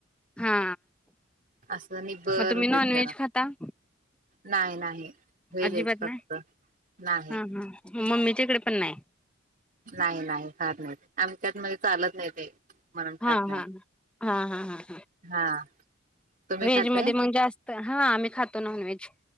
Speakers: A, in the centre; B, on the right.
A: हा
B: असं निबर
A: मग तुम्ही
B: होते
A: नॉन व्हेज
B: जरा
A: खाता?
B: नाही नाही, वेजच
A: अजिबात
B: फक्त
A: नाही
B: नाही.
A: हा हा मम्मीच्या इकडे पण नाही.
B: नाही नाही फार नाही आमच्यात म चालत नाही ते. म्हणून
A: हा
B: खात नाही
A: हा हा हा हा हा.
B: हा तुम्ही
A: व्हेज
B: खाताय
A: मध्ये मग जास्त हा आम्ही खातो नॉन व्हेज